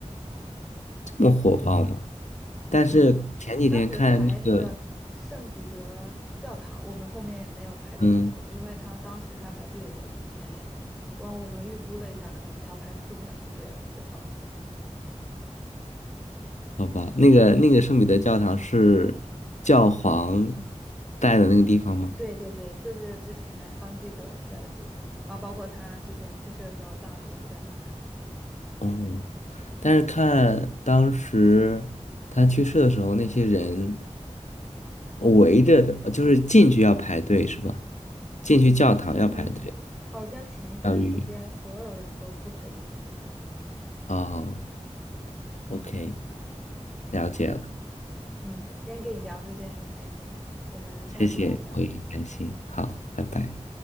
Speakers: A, on the left (about 75°); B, in the centre.
A: 这么火爆吗？但是前几天看那个，
B: 嗯，当时排那个圣彼得教堂，我们后面没有排队成功，
A: 嗯，
B: 因为他当时他排队的人有几千人，我我们预估了一下，可能要排四个小时队了，我们就放弃了。
A: 好吧，那个那个圣彼得教堂是教皇在的那个地方吗？
B: 对对对，就是之前方济各在的地方，然后包括他之前去世的时候，葬礼也是在那办。
A: 哦，但是看当时他去世的时候，那些人围着的，就是进去要排队是吧？进去教堂要排队，
B: 嗯。好像前一段时间所有人都不可以进入那里。
A: 要预约。哦，OK，了解了。
B: 嗯，今天跟你聊这些很开心，我们下次再聊。
A: 谢谢，我也很开心。好，拜拜。